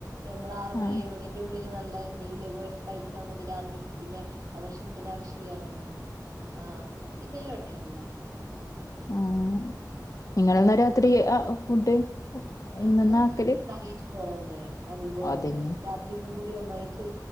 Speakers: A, on the right; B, on the left.
A: ഞമ്മൾ ആറ് മണി
B: ആഹ്
A: ഏഴ് മണി ൻ്റുള്ളില് നല്ല എന്തെങ്കിലും ലഗുവായിട്ട് കഴിച്ചാ മതി. രാത്രി ഫുഡിന്റെ ഭക്ഷണത്തിന്റെ ആവശ് ഇല്ല്യാന്നല്ലേ ആഹ് അപ്പ പിന്നെ എവിടെല്ല ആഹ്
B: ആഹ്
A: അങ്ങനെ ലേ
B: നിങ്ങളെന്നാ രാത്രി ആ അ ഫുഡ്?
A: ഞമ്മള്
B: ഇന്നെന്നാ
A: ഉച്ചക്ക്
B: ആക്കല്
A: ഇണ്ടാക്കിയ ചോറന്നെ അധികു അങ്ങൻതന്നെ.
B: അതന്നെ
A: രാത്രിക്കും കൂടി ഒന്നായിറ്റ്